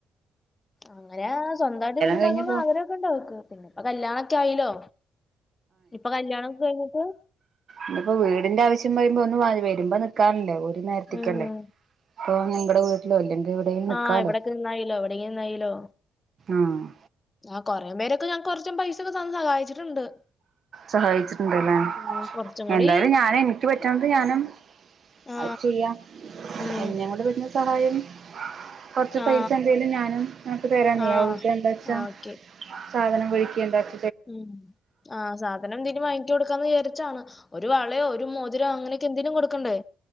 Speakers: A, on the left; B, on the right.
A: അങ്ങനെ സ്വന്തായിട്ട് വീടു ണ്ടാക്കണമെന്നാ
B: കഴിഞ്ഞ് പോ
A: ഗ്രഹമൊക്കെയുണ്ടാവുക്ക് പിന്നെ ഇപ്പോ കല്യാണൊക്കെ ആയില്ലോ ഇപ്പൊ കല്ല്യാണം ഒക്കെ കഴിഞ്ഞിട്ട്
B: ഇതിപ്പോ വീടിന്റെ ആവശ്യം വരു മ്പോ ഒന്ന് വാത് വരുമ്പനിക്ക് പണിക്കാരുണ്ട് ഒരു നേരതിക്കല്ലേ
A: ഉം
B: ഇപ്പൊ ഞങ്ങളടെ വീട്ടിലോ അല്ലെങ്കിൽ എവിടെലും നിക്കാലോ
A: ആഹ് എവിടെൊക്കെ നിന്നായിലോ എവിടെകി നിന്നായിലോ
B: ആഹ്
A: ആ കുറെേ പേരൊക്കെ ഞാ കുറച്ചും പൈസൊക്കെത ന്ന് സഹായിച്ചിട്ടുണ്ട്.
B: സഹായിച്ചിട്ടുണ്ടല്ലേ
A: ഉം കൊറച്ചും കൂടി
B: എന്തായാലും ഞാന് എനിക്ക് പറ്റുന്നത് ഞാനും
A: ആ
B: അത് ചെയ്യാം
A: ഉം
B: എന്നെ കൊണ്ട് പറ്റുന്ന സഹായം കോറച്ച്
A: ആ
B: പൈസ എന്തെലും ഞാനും നക്ക് തരാന്ന്
A: ആ
B: ഔടെന്നുവെച്ച എന്താ വച്ചാ
A: ആ ഓക്കെ
B: സാധനം കുഴിക്കുണ്ടാക്
A: ഉം ആ സാധനം എന്തിലും വാങ്ങിച്ചു കൊടുക്കാന്ന് വിചാരിച്ചാണ് ഒരു വളയോ ഒരു മോതിരോ അങ്ങനൊക്കെന്തേലും കൊടുക്കണ്ടേ?